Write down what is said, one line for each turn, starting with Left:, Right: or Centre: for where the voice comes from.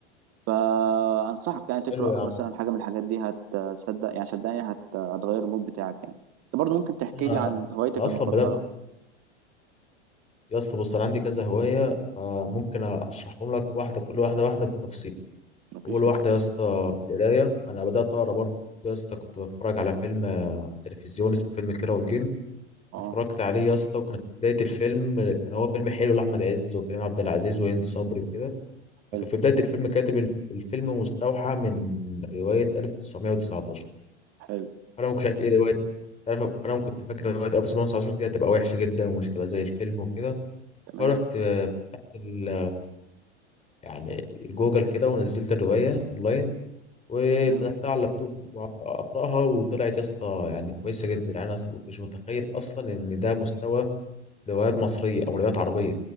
Right: فانصحك يعني تقرا
Left: حلو يا عم
Right: مثلا حاجة من الحاجات دي هتصدق يعني صدقني هت- هتغير المود بتاعك يعني انت برضو ممكن تحكي
Left: انا
Right: لي عن هوايتك
Left: أنا اصلا
Right: المفضلة
Left: بدات يا اسطى بص انا عندي كذا هوايه فممكن اشرحهم لك واحده كل واحده واحده بالتفصيل
Right: مفيش
Left: اول واحده
Right: مشكلة
Left: يا اسطى القرايه انا بدات اقرا برضه يا اسطى كنت بتفرج على فيلم آه، على التلفزيون اسمه فيلم كيرة والجن
Right: اه
Left: اتفرجت عليه يا اسطى وكان في بدايه الفيلم كان هو فيلم حلو لاحمد عز وكريم عبد العزيز وهند صبري وكده فكان
Right: حلو
Left: في بدايه الفيلم كاتب إن الفيلم مستوحى من روايه 1919
Right: حلو
Left: فانا ما كنتش عارف ايه روايه عارف- فانا كنت فاكر ان روايه 1919 دي هتبقى وحشه جدا ومش هتبقى زي الفيلم وكده
Right: تمام
Left: فرحت ال... يعني جوجل كده ونزلت الروايه اونلاين وفتحتها
Right: تمام
Left: على اللابتوب وقعدت اقراها وطلعت يا اسطى يعني كويسه جدا يعني انا ما كنتش متخيل اصلا ان ده مستوى روايات مصريه او روايات عربيه